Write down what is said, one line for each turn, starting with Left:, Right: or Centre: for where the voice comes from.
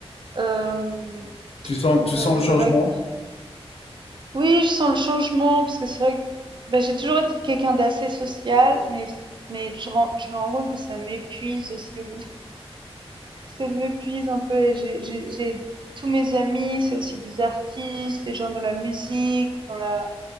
Right: Euh,
Left: Tu sens, tu sens
Right: euh,
Left: le
Right: c'est
Left: changement?
Right: vrai que oui, je sens le changement parce que c'est vrai que bah, j'ai toujours été quelqu'un d'assez social, mais mais je, ren- je me rends compte que ça m'épuise aussi au bout Ça m'épuise un peu et j'ai j'ai j'ai tous mes amis, c'est aussi des artistes, des gens dans la musique, ou dans la